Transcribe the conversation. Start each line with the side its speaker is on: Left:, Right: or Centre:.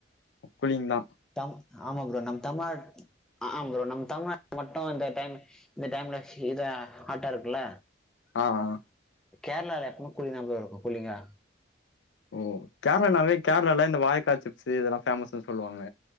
Left: கூழிங்கலா
Centre: தம் ஆமா ப்ரோ நம் தமிழ்நாட் ஆ ப்ரோ நம்ம தமிழ்நாடு மட்டும் இந்த டைம் இந்த டைம்ல இத ஹாட்டா இருக்குல்ல
Left: ஆஹ்
Centre: கேரளால எப்பமே குளிந்தா ம் ப்ரோ இருக்கும் குள்ளிங்கா
Left: ஓ கேரளனாவே கேரள இந்த வாயக்காய் சிப்ஸ் இதெல்லாம் பேஃமஸ்ன்னு சொல்லுவாங்க.